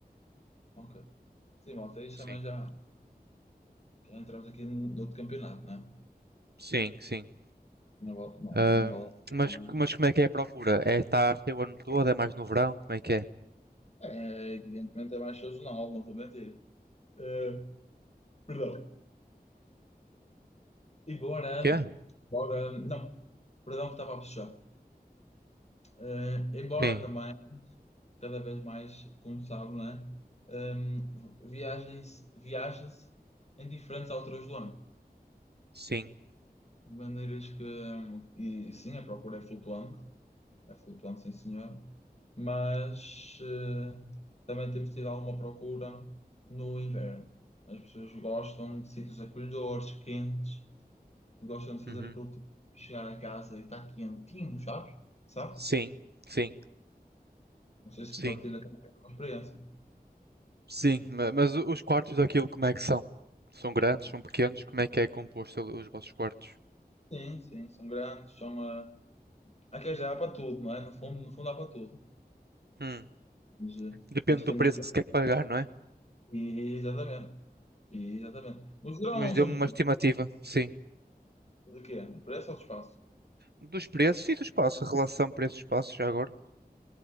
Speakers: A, on the left; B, on the right.
A: Ok. Sim, malta, isso
B: Sim,
A: também já, já entramos aqui no no outro campeonato, né
B: sim, sim.
A: Não vale, não,
B: Ah,
A: não vale.
B: mas,
A: não.
B: mas como é que é a procura? É estar o ano todo? É mais no verão? Como é que é?
A: É, evidentemente é mais sazonal, não vou mentir. Eh, perdão. Embora,
B: O quê?
A: embora, não, perdão que estava a puxar. Eh, embora
B: Sim,
A: também, cada vez mais, como sabe, né, ehm, viagens, viaja-se em diferentes alturas do ano.
B: sim,
A: De maneiras que, e sim, a procura é flutuante, é flutuante, sim senhor, mas eh, também temos tido alguma procura no inverno. As pessoas gostam de sítios acolhedores, quentes, gostam de fazer
B: uhum.
A: aquele tipo de chegar a casa e está quentinho, sabes? Sabe?
B: Sim, sim,
A: Não sei se
B: sim,
A: partilha também a experiência.
B: sim. Ma- Mas os quartos daquilo como é que são? São grandes? São pequenos? Como é que é composto os vossos quartos?
A: Sim, sim, são grandes, são. ah, Há quem já há para tudo, não é? No fundo, no fundo há para tudo.
B: Hum.
A: Mas, eh,
B: Depende
A: nós
B: do
A: temos.
B: preço que se quer pagar, não é?
A: E, exatamente. E, exatamente. No geral,
B: Mas
A: não
B: deu-me
A: são muito
B: uma estimativa,
A: grandes.
B: sim.
A: De quê? De preço ou de espaço?
B: Dos preços e do espaço, a relação preço-espaço, já agora.